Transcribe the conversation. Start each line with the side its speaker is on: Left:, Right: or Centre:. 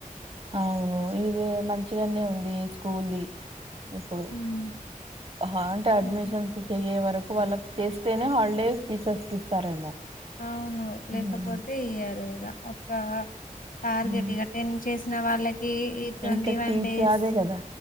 Right: అవును ఇది మంచిగానే ఉంది స్కూల్ ది ఇప్పుడు
Left: హ్మ్
Right: హంటే అడ్మిషన్స్
Left: అట్లా
Right: చెయే వరకు వాళ్ళకి చేస్తేనే హాలిడే టీచర్స్ కే ఇస్తారేమో
Left: అవును లేకపోతే
Right: హ్మ్.
Left: ఇయారు ఇగా ఒక టార్గెట్
Right: హ్మ్.
Left: ఇగా టెన్ చేసిన వాళ్ళకి ఈ ట్వంటీ
Right: ఇంకా
Left: వన్
Right: టీచర్
Left: డేస్
Right: అదే కదా